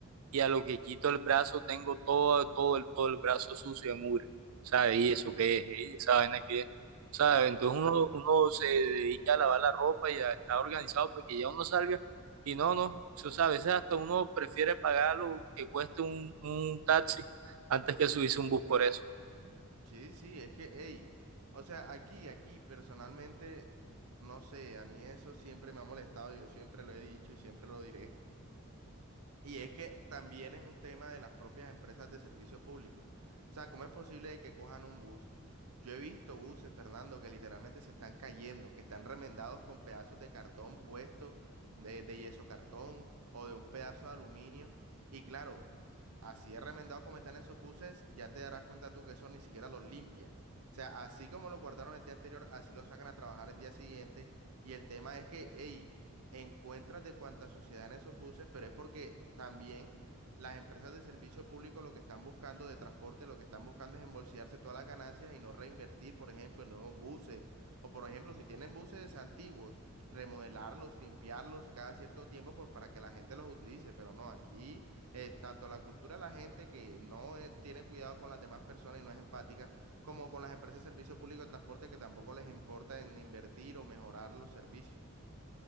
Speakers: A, on the right (about 70°); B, on the right (about 90°).
A: y a lo que quito el brazo tengo todo, todo, el, todo el brazo sucio de mugre. ¿Sabes? ¿Y eso qué es? ¿Y esa vaina qué es? ¿Sabes?
B: Claro.
A: Entonces uno, uno se dedica a lavar la ropa y a estar organizado porque ya uno salga. Y no, no, eso, ¿sabes? A veces hasta uno prefiere pagar lo que cueste un, un taxi antes que subirse un bus por eso.
B: Sí, sí, es que, hey, o sea, aquí, aquí, personalmente, no sé, a mí eso siempre me ha molestado, yo siempre lo he dicho y siempre lo diré. Y es que también es un tema de las propias empresas de servicio público. O sea, ¿cómo es posible que cojan un bus? Yo he visto buses, Fernando, que literalmente se están cayendo, que están remendados con pedazos de cartón puesto, de, de yeso cartón o de un pedazo de aluminio. Y claro, así de remendado como están esos buses, ya te darás cuenta tú que eso ni siquiera los limpian. O sea, así como lo guardaron el día anterior, así lo sacan a trabajar el día siguiente. Y el tema es que, hey, encuentras de cuánta suciedad en esos buses, pero es porque también las empresas de servicio público lo que están buscando de transporte, lo que están buscando es embolsillarse todas las ganancias y no reinvertir, por ejemplo, en nuevos buses. O por ejemplo, si tienen buses antiguos, remodelarlos, limpiarlos cada cierto tiempo, pues para que la gente los utilice. Pero no, aquí es tanto la cultura de la gente que no eh, tiene cuidado con las demás personas y no es empática, como con las empresas de servicio público de transporte que tampoco les importa en invertir o mejorar los servicios.